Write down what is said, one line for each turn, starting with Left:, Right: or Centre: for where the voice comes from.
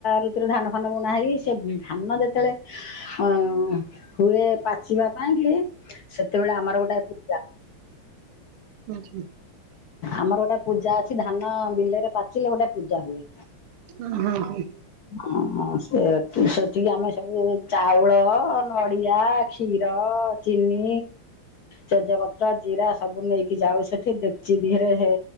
Left: ଋତୁରେ ଧାନ ଫାନ ବୁଣା ହେଇ ସିଏ ଧାନ ଯେତେଳେ ଆଉଁ ହୁଏ ପାଚିବା ପାଇଁକି ସେତେବେଳେ ଆମର ଗୋଟାଏ ପୁଁ
Right: ହୁଁ।
Left: ଆମର ଗୋଟାଏ ପୂଜା ଅଛି ଧାନ ବିଲରେ ପାଚିଲେ ଗୋଟା ପୂଜାହୁଏ।
Right: ଅଁହଁ ହଁ।
Left: ଅଁ ସେତି ସେତିକି ଆମେ ସବୁ ଏବେ ଚାଉଳ, ନଡିଆ, କ୍ଷୀର, ଚିନି ତେଜପତ୍ର, ଜିରା ସବୁ ନେଇକି ଯାଉ ସେଠି ଡେକ୍ଚି ଧିଏରେ ହେ